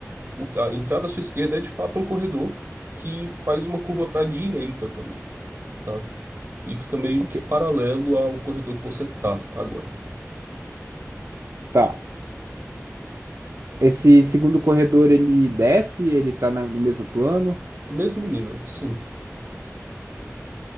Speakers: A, on the right (about 40°); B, on the right (about 65°).
A: o- a entrada à sua esquerda é de fato um corredor que faz uma curva para a direita também. tá? e fica meio
B: Ok,
A: que paralelo ao corredor que você tá agora.
B: tá. Esse segundo corredor ele desce, ele tá na- no mesmo plano,
A: Mesmo nível, sim.